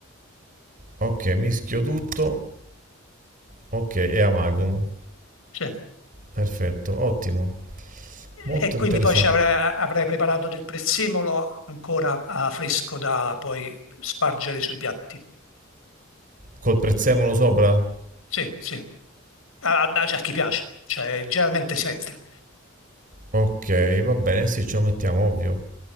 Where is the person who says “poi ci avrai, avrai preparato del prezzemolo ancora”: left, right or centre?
Left